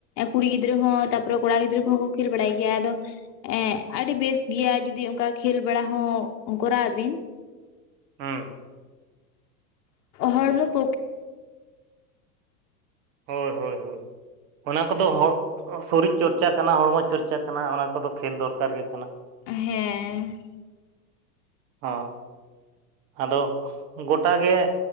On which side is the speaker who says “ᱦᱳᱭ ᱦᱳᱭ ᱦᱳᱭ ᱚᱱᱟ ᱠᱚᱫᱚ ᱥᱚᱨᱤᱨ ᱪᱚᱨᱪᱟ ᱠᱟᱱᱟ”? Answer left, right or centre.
Right